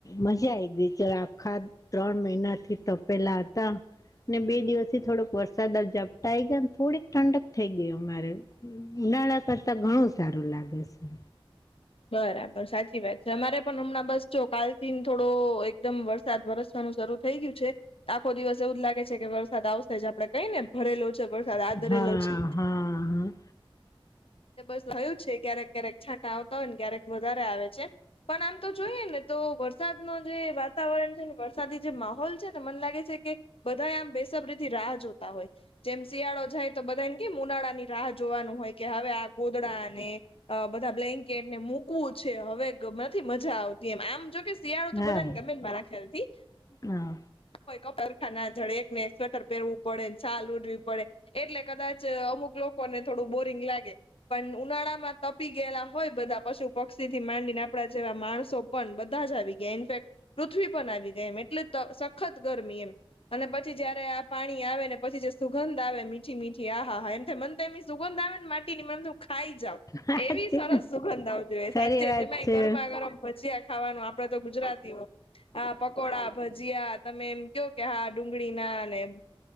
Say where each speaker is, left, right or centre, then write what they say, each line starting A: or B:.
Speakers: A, on the left; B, on the left.
A: મજા આઈ ગય ચ આખા ત્રણ મહિના થી તો પેલા હતા. ને બે દિવસ થી થોડુક વરસાદ ઝાપટાઈ ગયા થોડીક ઠંડક થઈ ગય અમારે, ઉનાળા કરતા ઘણું સારું લાગે છે.
B: બરાબર સાચી વાત છે, અમારે પણ હમણાં બસ જો કાલ થી થોડો એકદમ વરસ વરસાદ વરસવાનું શરૂ થઈ ગયું છે આખો દિવસ એવું જ લાગે છે કે વરસાદ આવશે જ આપડે કઈ ને ભરેલો છે વરસાદ હાથ ધરેલો
A: હા
B: છે.
A: હા હા
B: બસ હયું છે ક્યારેક ક્યારેક છાંટા આવતા હોય ને ક્યારેક વધારે આવે છે. પણ આમ તો જોઈએ ને તો વરસાદ નો જે વાતાવરણ છે ને વરસાદી જે માહોલ છે ને મને લાગે છે કે બધા આમ બેસબરી થી રાહ જોતા હોય. જેમ શિયાળો જાય તો બધાને કેમ ઉનાળાની રાહ જોવાનું હોય કે હવે આ ગોદડાને અ બધા બ્લેન્કેટને મૂકવું છે, હવે નથી મજા આવતી એમ આમ જો કે. શિયાળો તો
A: હા
B: બધાને ગમે માંરા ખ્યાલ થી.
A: હા
B: <unintelligible> સરખા ના જડેક ને એક સ્વેટર પહેરવું પડે ને છાલ ઓડવી પડે. એટલે કદાચ અમુક લોકોને થોડું બોરિંગ લાગે. પણ ઉનાળા માં તપી ગયેલા હોય બધા પશુ પક્ષી થી માંડીને આપડા જેવા માણસો. પણ બધા જ આવી ગયા ઇન્ફેક્ટ પૃથ્વી પણ આવી ગયા એમ એટલે સખત ગરમી એમ. અને પછી જયારે આ પાણી આવે ને પછી જે સુગંધ આવે મીઠી મીઠી આહા હા એમ થાય મન એની સુગંધ આવે ને માટી મને એમ થઇ હું ખાઈ જાવ.
A: વાત
B: એવી
A: છે
B: સરસ સુગંધ આવતી હોઈએ
A: ખરી
B: સાચે
A: વાત
B: જેમાં
A: છે
B: ગરમા ગરમ ભજીયા ખાવાનું આપ આપડે તો ગુજરાતીઓ હા પકોડા ભજીયા તમે એમ કયો કે હા ડુંગળીના ને